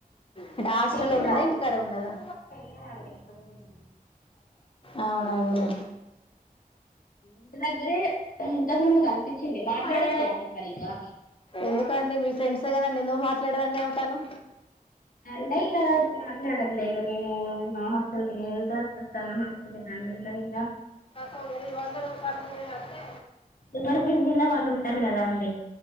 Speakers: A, on the left (about 35°); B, on the left (about 70°).
A: అంటే హాస్టల్లో
B: తెలీదండి
A: ఉన్నదా, ఇంటికాడ ఉన్నదా?
B: తెలీదండి ఎక్కడ ఉందో
A: అవునండి
B: ఇంటి దగ్గరే ఇంతకు ముందు కనిపించింది మాట్లాడట్లే
A: అవే
B: అండి సరిగ్గా
A: ఎందుకండి మీ ఫ్రెండ్సే కదండి ఎందుకు మాట్లాడరు ఆమెతోను?
B: అంటే ఇగ మాట్లాడద్లే ఇగ నేను నా హాస్టెల్కి ఎలితే వచ్చేస్తాను నా హస్టల్ అంటద
A: వందని వంద రూపాయలు ఉండేది అంతే
B: ఎవరు బిజీలా వాళ్ళు ఉంటారు కదా అండి.